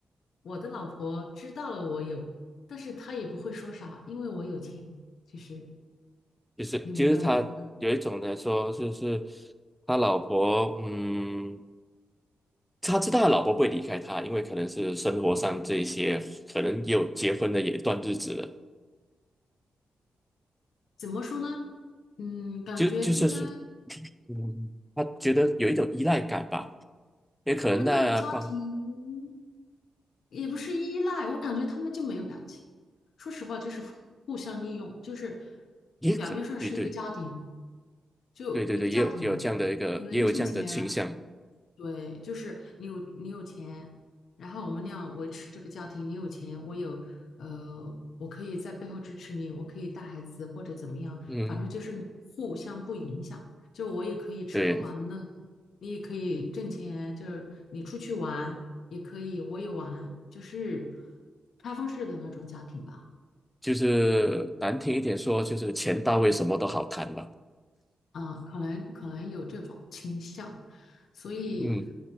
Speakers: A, on the left (about 75°); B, in the centre.
A: 我的老婆知道了我有，但是她也不会说啥，因为我有钱，其实
B: 就是就是他有一种来说，
A: 你明白我说的，
B: 就是他老婆，嗯，他知道他老婆不会离开他，因为可能是生活上这一些，可能也有结婚的也一段日子了，
A: 怎么说呢？嗯，感觉应该。
B: 就就是说，嗯，他觉得有一种依赖感吧，也可能那方
A: 他们的家庭也不是依赖，我感觉他们就没有感情。说实话，就是互相利用，就是
B: 也可对对
A: 表面上是一个家庭，就一个家庭，
B: 对对对，也有也有这样的一个也有这样的倾向，
A: 你能挣钱，对，就是你有你有钱，然后我们俩维持这个家庭，你有钱，我有，呃，我可以在背后支持你，我可以带孩子或者怎么样，
B: 嗯，
A: 反正就是互相不影响。就我也可以吃喝玩乐，
B: 对，
A: 你也可以挣钱，就是你出去玩也可以，我也玩，就是开放式的那种家庭吧。
B: 就是难听一点说，就是钱到位什么都好谈吧，
A: 啊，可能可能有这种倾向，所以
B: 嗯